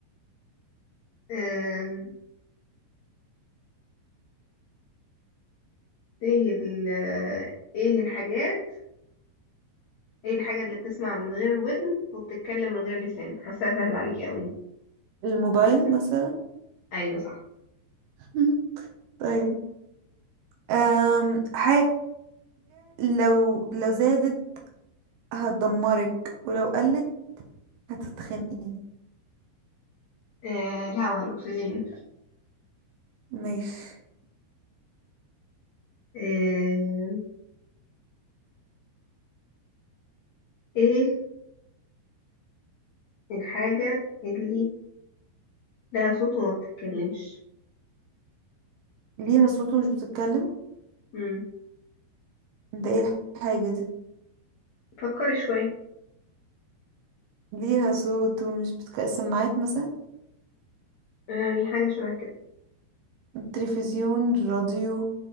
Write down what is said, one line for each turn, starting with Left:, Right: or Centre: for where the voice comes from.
Left: آم، ايه ال ايه الحاجات ايه الحاجة اللي بتسمع من غير ودن وبتتكلم من غير لسان حاساها سهلة عليكي قوي دي
Right: الموبايل
Left: بت-
Right: مثلا
Left: ايوه صح
Right: <laughs> طيب أم حاجة لو لو زادت هتدمرك ولو قلت هتتخنقي
Left: آه الهوا الاكسجين
Right: ماشي
Left: آه ايه الحاجة اللي لها صوت وما بتتكلمش
Right: ليها صوت ومش بتتكلم
Left: مم.
Right: ده ايه الحاجة دي
Left: فكري شوية
Right: ليها صوت ومش بتتكلم السماعات مثلا
Left: يعني حاجة شبه كده
Right: التلفزيون الراديو